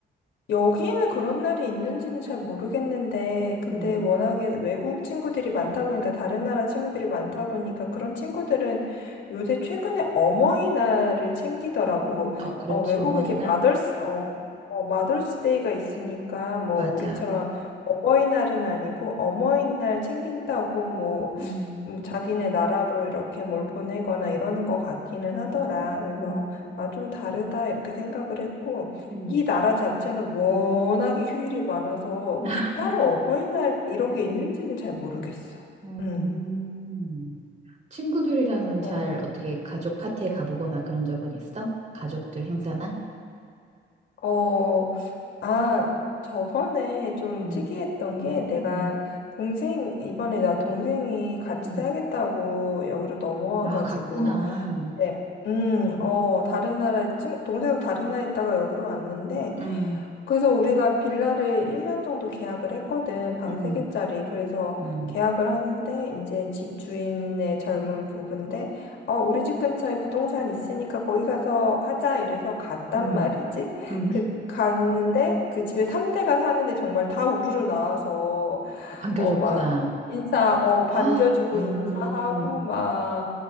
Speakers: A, on the left (about 75°); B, on the right (about 40°).
A: 여기는 그런 날이 있는지는 잘 모르겠는데, 근데
B: 음.
A: 워낙에 외국 친구들이 많다 보니까, 다른 나라 친구들이 많다 보니까, 그런 친구들은 요새 최근에 어머니날을 챙기더라고.
B: 음, 어, 그렇죠.
A: 어, 외국은
B: 어머니는.
A: 이게 마더스, 어, 어, 마더스데이가 있으니까, 뭐,
B: 맞아.
A: 우리처럼 어버이날은 아니고, 어머니날 챙긴다고, 뭐,
B: 음,
A: 음, 자기네 나라로 이렇게 뭘 보내거나 이러는 것 같기는 하더라.
B: 음,
A: 그래서,
B: 음,
A: 아, 좀 다르다, 이렇게 생각을 했고,
B: 음.
A: 이 나라 자체는 워낙에 휴일이 많아서
B: <laughs>
A: 따로 어버이날 이런 게 있는지는 잘 모르겠어.
B: 음.
A: 음.
B: 친구들이랑은
A: 어,
B: 잘 어떻게 가족 파티에 가보거나 그런 적은 있어? 가족들 행사나?
A: 어, 아, 저번에 좀
B: 음,
A: 특이했던 게 내가
B: 음,
A: 동생, 이번에 나 동생이 같이
B: 음.
A: 살겠다고 여기로 넘어와가지고,
B: 아, 갔구나.
A: 이제, 음, 어, 다른 나라에, 친, 동생도 다른 나라에 있다가 여기로 왔는데,
B: 음,
A: 그래서 우리가 빌라를 1년 정도 계약을 했거든. 방
B: 음,
A: 3개짜리. 그래서
B: 음,
A: 계약을 하는데 이제 집주인의 젊은 부부인데 어, 우리 집 근처에 부동산 있으니까 거기 가서 하자 이래서 갔단
B: 음,
A: 말이지.
B: 음.
A: 그
B: <laughs>
A: 갔는데 그 집에 3대가 사는데 정말 다 우르르 나와서
B: 반겨줬구나.
A: 어, 막, 인사, 어,
B: <gasps>
A: 반겨주고
B: 아, 음,
A: 인사하고, 막,